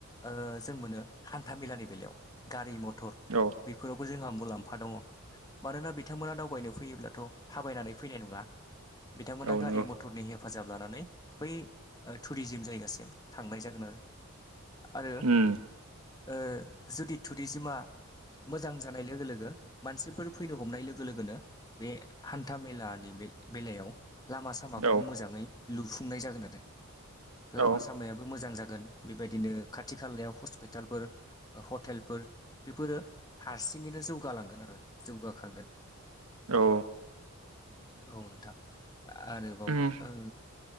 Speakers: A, on the left; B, on the right.
A: ओ जों मोनो हान्थामेलानि बेलायाव गारि मथर
B: औ।
A: बेफोरावबो जोंहा मुलाम्फा दङ'। मानोना बिथांमोना दावबायनो फैयोब्लाथ' थाबायनानै फैनाय नंला बिथांमोना
B: औ
A: गारि
B: नंगौ
A: मथरनि हेफाजाब लानानै बै ओ थुरिजिम जायगा सिम थांनाय जागोन आरो आरो
B: उम
A: ओ जुदि थुरिजिमा मोजां जानाय लोगो लोगो मानसिफोर फैनो हमनाय लोगो लोगोनो बे हान्था मेलानि बे बेलायाव लामा सामाखौबो
B: औ
A: मोजाङै लुफुंनाय जागोन आरो। लामा
B: औ
A: सामायाबो मोजां जागोन बेबायदिनो खाथि खालायाव हस्पिटालफोर ओ हटेलफोर बेफोरो हारसिङैनो जौगालांगोन आरो जौगाखांगोन
B: औ औ।
A: औ नोंथां आरोबाव
B: उम
A: ओ